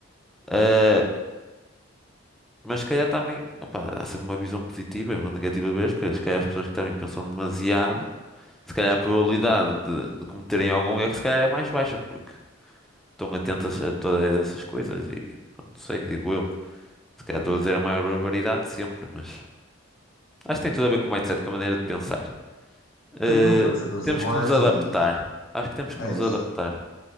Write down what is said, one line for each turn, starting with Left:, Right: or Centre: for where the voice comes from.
Centre: Eh, mas se calhar também, opa, há sempre uma visão positiva e uma negativa de ver as coisas. Se calhar as pessoas que também pensam demasiado, se calhar a probabilidade de, de cometerem algum erro, se calhar é mais baixa, porque estão atentas a todas essas coisas e pá, não sei, digo eu. Se calhar estou a dizer a maior barbaridade de sempre, mas acho que tem tudo a ver com o mindset, com a maneira de pensar. Eh,
Left: Sim, não podemos ser todos
Centre: temos
Left: iguais
Centre: que nos adaptar.
Left: e
Centre: Acho que temos que
Left: é
Centre: nos
Left: isso.
Centre: adaptar.